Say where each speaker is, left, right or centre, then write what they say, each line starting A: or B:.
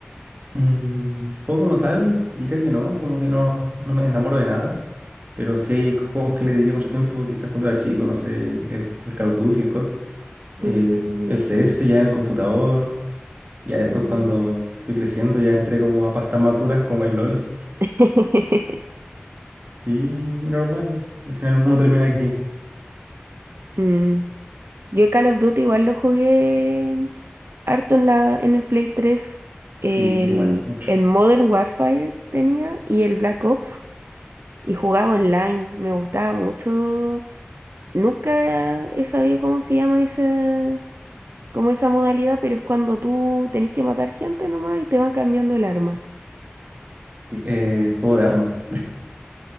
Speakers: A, on the right; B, on the right.
A: Mm, juego como tal, diría que no, como que no, no me enamoro de nada, pero sí hay juegos que le dediqué mucho tiempo, quizás cuando era chico, no sé, el, el, el Call of Duty, el COD, eh,
B: Uh,
A: el CS ya en el computador, ya después
B: mm.
A: cuando fui creciendo ya entré como a pastas maduras como el LOL,
B: <laughs>
A: sí, normal, al final uno termina aquí,
B: Mm. Yo Call of Duty igual lo jugué harto en la, en el Play 3. El,
A: sí, igual, mucho.
B: en Modern Warfare tenía y el Black Ops. Y jugaba online. Me gustaba mucho. Nunca he sabido cómo se llama esa, como esa modalidad, pero es cuando tú tenés que matar gente nomás y te van cambiando el arma.
A: Sí, eh, juego de armas,